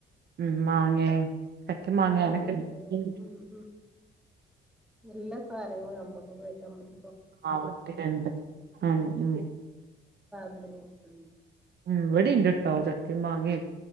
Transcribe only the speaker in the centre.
മാങ്ങണ്ട്
ഉം ഉം എല്ലാ സാനങ്ങളും നമ്മുക്കുപോയിക്കാൻ പറ്റു
വെല്ലോ വർക്കും